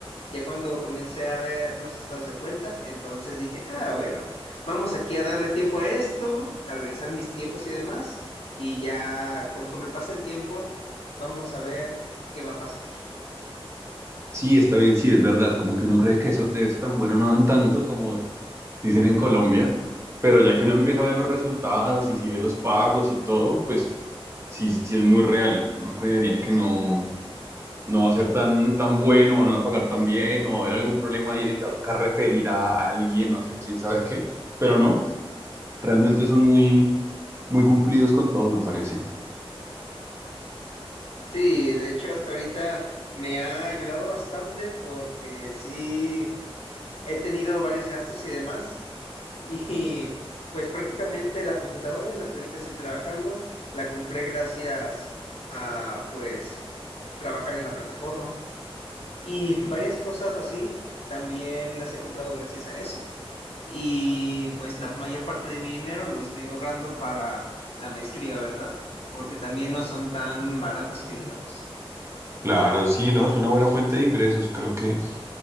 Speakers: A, on the left (about 75°); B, on the right (about 25°).
A: ya cuando comencé a ver los estados de cuenta, entonces dije, ah, bueno, vamos aquí a darle tiempo a esto, a organizar mis tiempos y demás, y ya conforme pasa el tiempo, vamos a ver qué va a pasar.
B: sí, está bien, sí, es verdad, como que uno cree que eso, de eso tan bueno no dan tanto como, dicen en Colombia, pero ya que uno empieza a ver los resultados y si ve los pagos y todo, pues sí, sí es muy real. Uno creería que no, no va a ser tan, tan bueno, van a pagar tan bien, o va a haber algún problema ahí de que va a tocar referir a alguien o hacer quién sabe qué, pero no, realmente son muy, muy cumplidos con todo, me parece.
A: Sí, de hecho, hasta ahorita me ha ayudado bastante porque sí he tenido varios gastos y demás, y pues prácticamente la computadora en la que ahorita estoy trabajando, la compré gracias a pues trabajar en la plataforma. y <laughs> varias cosas así también las he comprado gracias a eso. Y pues la mayor parte de mi dinero lo estoy ahorrando para la maestría, ¿verdad? Porque también no son tan baratas que digamos.
B: Claro, sí, no, es una buena fuente de ingresos, creo que